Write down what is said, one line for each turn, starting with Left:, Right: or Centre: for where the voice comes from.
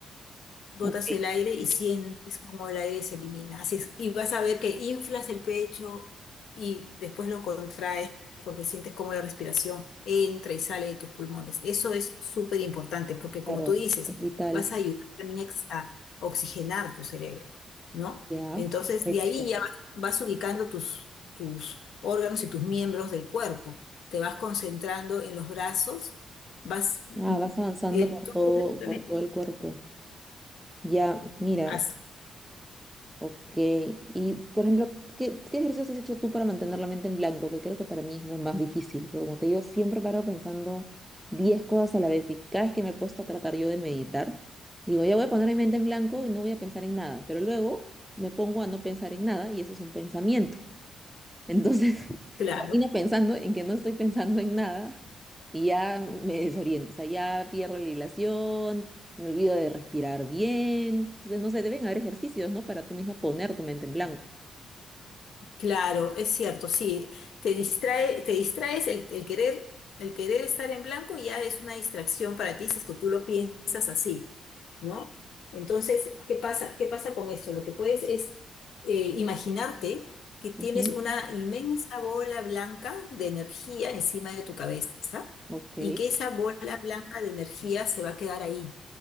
Left: botas
Centre: Ok,
Left: el aire y sientes como el aire se elimina. Así es, y vas a ver que inflas el pecho y después lo contraes porque sientes como la respiración entra y sale de tus pulmones. Eso es súper importante porque como
Centre: claro,
Left: tú dices,
Centre: es vital.
Left: vas a ayudar también a, ex- a oxigenar tu cerebro, ¿no?
Centre: Ya,
Left: Entonces,
Centre: perfecto.
Left: de ahí ya vas, vas ubicando tus, tus órganos y tus miembros del cuerpo. Te vas concentrando en los brazos, vas... mm,
Centre: Ah, vas avanzando
Left: El,
Centre: por
Left: todo,
Centre: todo,
Left: el-
Centre: por todo el cuerpo. Ya, mira,
Left: así,
Centre: Ok, y por ejemplo, ¿qué, qué ejercicios has hecho tú para mantener la mente en blanco? Que creo que para mí es lo más difícil, pero como te digo, siempre paro pensando 10 cosas a la vez y cada vez que me he puesto a tratar yo de meditar, digo, ya voy a poner mi mente en blanco y no voy a pensar en nada, pero luego me pongo a no pensar en nada y eso es un pensamiento. Entonces, <laughs>
Left: claro.
Centre: termino pensando en que no estoy pensando en nada y ya me desoriento, o sea, ya pierdo la hilación, me olvido de respirar bien. Entonces, no sé, deben haber ejercicios, ¿no? Para tú misma poner tu mente en blanco.
Left: Claro, es cierto, sí, te distrae, te distraes el, el querer, el querer estar en blanco ya es una distracción para ti si es que tú lo piensas así, ¿no? Entonces, ¿qué pasa? ¿Qué pasa con esto? Lo que puedes es eh, imaginarte que tienes
Centre: Ujú,
Left: una inmensa bola blanca de energía encima de tu cabeza
Centre: Ok,
Left: y que esa bola blanca de energía se va a quedar ahí